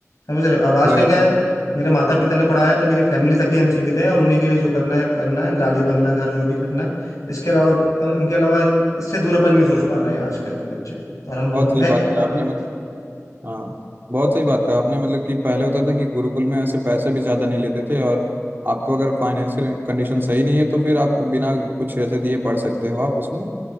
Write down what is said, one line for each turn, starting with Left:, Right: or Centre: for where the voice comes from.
Left: समझ रहे हो अब आजकल
Right: वही
Left: क्या है मेरे माता पिता ने पढ़ाया तो मेरी फैमिली तक ही हम सीमित हैं और उन्हीं के लिए जो करना है करना है गाड़ी बंगला घर जो भी करना है इसके अलावा अ, इनके अलावा इससे दूर अपन नहीं सोच पा रहे हैं आजकल के बच्चे और हम लोग
Right: बहुत सही
Left: मैं
Right: बात
Left: भी
Right: कहा
Left: आप
Right: आपने
Left: भी
Right: मत हाँ बहुत सही बात कहा आपने मतलब कि पहले होता था कि गुरुकुल में ऐसे पैसे भी ज़्यादा नहीं लेते थे और आपको अगर फाइनेंशियल कंडीशन सही नहीं है तो फिर आप बिना कुछ ऐसे दिए पढ़ सकते हो आप उसमें